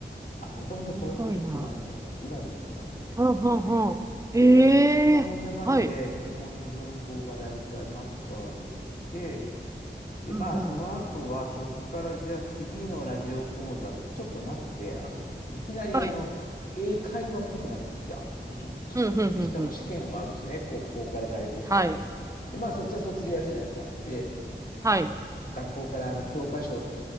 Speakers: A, on the left; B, on the right.
A: あ、もともとそういう人っていうのはあるんだけどね。
B: すごいな。
A: 今でも素直ですけど。
B: うん、うん、
A: はい。
B: うん。へえ。
A: で、まあそんな感じで基本の文法がだいたいマスターできて、
B: はい。
A: で、
B: うん、
A: まあ、その後は、
B: うん。
A: そこからじゃあ次のラジオ講座ってちょっとなくて、あの、いきなりあの、
B: はい。
A: 英会話っぽくなってきて、あ、これちょっと違う。
B: うん、うん、うん、
A: で、しかも試験はあるしね、
B: うん。
A: 高校から大学試験はで、
B: はい、
A: まあ、そっちはそっちでやるじゃないですか。で、
B: はい、
A: 学校からあの、教科書